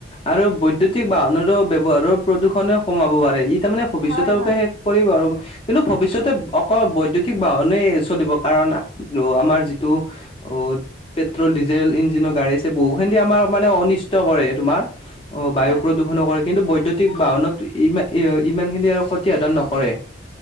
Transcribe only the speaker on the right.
হয়
হয়
হয়